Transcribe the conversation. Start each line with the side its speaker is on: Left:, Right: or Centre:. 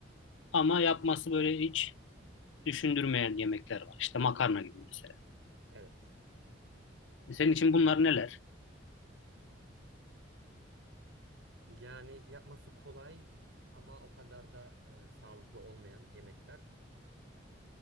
Left: ama yapması böyle hiç düşündürmeyen yemekler var. İşte makarna gibi mesela.
Right: Evet.
Left: E, Senin için bunlar neler?
Right: Yani yapması kolay ama o kadar da e, sağlıklı olmayan yemekler.